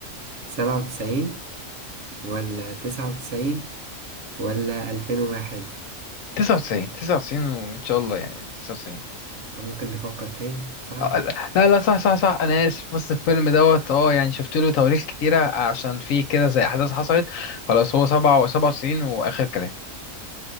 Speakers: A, on the right (about 65°); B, on the left (about 75°).
A: سبعة وتسعين ولا تسعة وتسعين ولا الفين وواحد
B: 99 99 وان شاء الله يعني 99
A: آه، ممكن تفكر تاني هساعدك
B: آه، آه، لا لا صح صح صح انا اسف بص الفيلم دوت اه يعني شفت له تواريخ كتيره عشان فيه كده زي احداث حصلت خلاص هو 97 واخر كلام